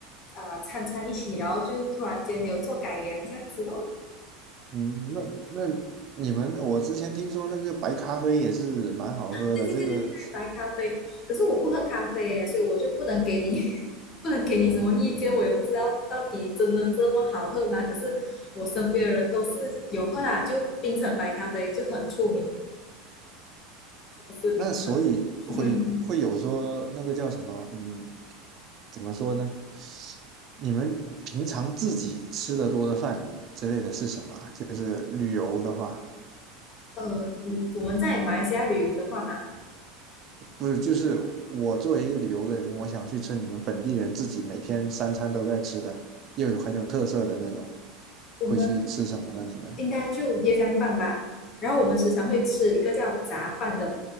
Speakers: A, on the left (about 40°); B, on the right (about 45°).
A: 呃掺掺一起，然后就突然间有做改良这样子咯。
B: 嗯，那那你们，我之前听说那个白咖啡也是蛮好喝的，
A: 对对对对对，
B: 这个是
A: 白咖啡，可是我不喝咖啡耶，所以我就不能给你 <laughs> 不能给你什么意见，
B: 嗯，
A: 我也不知道到底真的这么好喝吗？可是我身边的人都是有喝啦，就冰城白咖啡就很出名。不是冰城的。
B: 那所以会会有说那个叫什么，
A: <laughs>
B: 嗯，怎么说呢？你们平常自己吃的多的饭之类的是什么啊就是旅游的话，
A: 呃，嗯，我们在马来西亚旅游的话嘛，
B: 不是，就是我作为一个旅游的人，我想去吃你们本地人自己每天三餐都在吃的，又有很有特色的那种，
A: 我们
B: 会去吃什么呢？你们？
A: 应该就椰浆饭吧。然后我们时常会吃一个叫杂饭的，